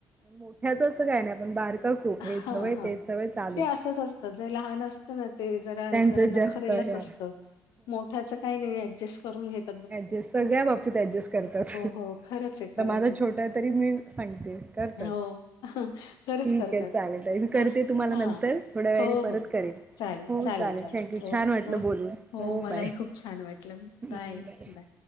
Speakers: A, on the right; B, on the left.
A: मोठ्याच असं काय नाही पण बारका खूप
B: हा
A: हेच हवंय
B: हा
A: तेच हवंय चालूच.
B: ते असच असत जे लहान असत. ना ते जरा
A: त्यांचंच
B: जरा नखरेलच
A: जास्त हे आहे.
B: असतं मोठ्याच काही नाही ऍडजस्ट करून घेत.
A: डजस्ट सगळ्या बाबतीत ऍडजस्ट. करतात
B: हो. खरंच आहे, खरंच
A: माझा छोटा आहे तरी मी सांगते करतात.
B: हो. खरंच
A: ठीक
B: करतात.
A: आहे चालेल चालेल मी करते
B: हां.
A: तुम्हाला
B: हां.
A: नंतर थोड्या वेळा
B: हो,
A: आणि
B: हो.
A: परत करेन.
B: चालेल,
A: हो चालेल थँक यू
B: ओके,
A: छान वाटलं
B: ओके.
A: बोलून हो
B: मलाही
A: बाय.
B: खूप छान वाटलं
A: हम्म
B: बाय
A: बर
B: बाय.